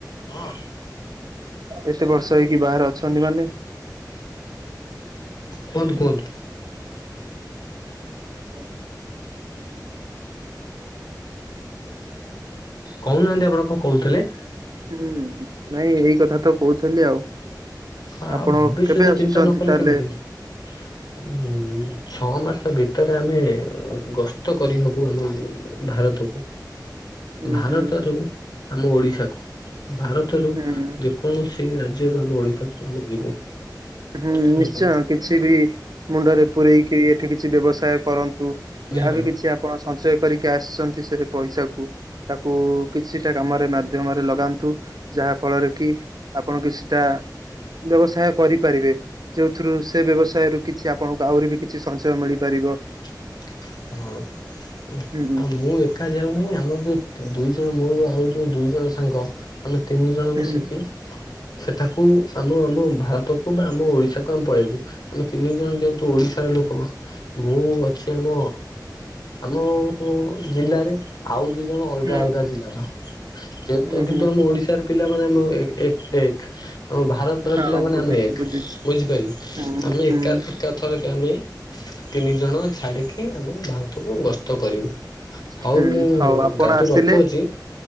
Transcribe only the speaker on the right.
ଏତେ ବର୍ଷ ହେଇକି ବାହାରେ ଅଛନ୍ତି ମାନେ
କେବଳ
ହୁଁ ନାଇଁ ଏଇ କଥା ତ କହୁଥିଲି ଆଉ।
ଆପଣ
କେବେ ଆସୁଛନ୍ତି
ତାହେଲେ?
ହୁଁ
ହୁଁ
ହୁଁ।
ହୁଁ
ନିଶ୍ଚୟ କିଛି ବି ମୁଣ୍ଡରେ ପୂରେଇକି ଏଠି କିଛି ବ୍ୟବସାୟ କରନ୍ ତୁ
ଯାହା ବିି କିଛି ଆପଣ ସଞ୍ଚୟ କରିକି ଆସନ୍ତି ସେ ଭି ପଇସାକୁ ତାକୁ କିଛିଟା କାମରେ ମାଧ୍ୟମରେ ଲଗାନ୍ତୁ। ଯାହା ଫଳରେ କି ଆପଣ କିଛିଟା ବ୍ୟବସାୟ କରିପାରିବେ। ଯୋଉଥିରୁ ସେ ବ୍ୟବସାୟରୁ କିଛି ଆପଣଙ୍କୁ ଆହୁରି ବି କିଛି ସଞ୍ଚୟ ମିଳିପାରିବ।
ହୁଁ
ହୁଁ
ହୁଁ
ହୁଁ
ହୁଁ
ହଁ
ବୁଝୁଛି
ବୁଝୁଛି।
ହୁଁ
ହୁଁ
ହୁଁ
ହଉ ଆପଣ
ଆସିଲେ